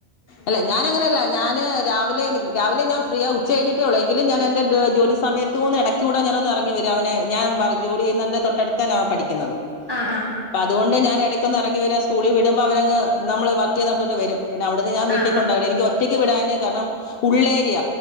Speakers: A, on the left; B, on the right.
A: അല്ല ഞാനങ്ങനെയല്ല ഞാന് രാവിലെ രാവിലെ ഞാൻ ഫ്രീ ആ ഉച്ച കഴിഞ്ഞിട്ടേ ഉള്ളൂ എനി എങ്കിലും ഞാനെന്റെ ജോലി സമയത്തൂന്ന് എടക്കൂടെ ഞാനൊന്ന് ഇറങ്ങി വരും അവനെ ഞാൻ ജോലി ചെയ്യുന്ന തൊട്ടടുത്തന്നാ അവൻ പഠിക്കുന്നത്
B: ആഹ് ആഹ്
A: അപ്പതോണ്ട് ഞാൻ പിന്നെ എടക്കൊന്ന് എറങ്ങി വരാ സ്കൂളിൽ വിടുമ്പോ അവരങ്ങ് നമ്മള് വർക്ക് ചെയ്യുന്നടുത്തോട്ട് വരും പിന്നെ അവി അത് ഞാൻ വീട്ടി
B: ആഹ് ആഹ്
A: കൊണ്ടോവേല എനിക്ക് ഒറ്റ ഒറ്റക്ക് വിടാന് കാരണം ഉള്ളേരിയ